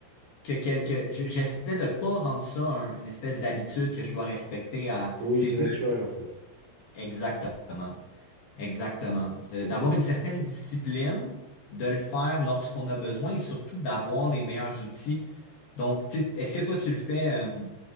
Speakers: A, on the left; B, on the right.
A: que quelque. je- J'essaie de pas rendre ça un- une espèce d'habitude que je dois respecter à.
B: Oui,
A: C'est
B: c'est
A: plus
B: naturel en fait.
A: exactement. Exactement. De-
B: Ok.
A: D'avoir une certaine discipline, de le faire lorsqu'on a besoin et surtout d'avoir les meilleurs outils. Donc, tu sais, est-ce que toi, tu le fais euh,